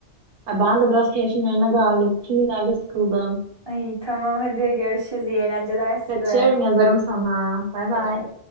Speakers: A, on the right; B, on the right.
A: Ay, ben de biraz keyfim yerine geldi. Bütün gün evde sıkıldım.
B: Ay tamam hadi görüşürüz. İyi eğlenceler size.
A: Kaçıyorum yazarım sana. Bay bay.
B: Bay bay.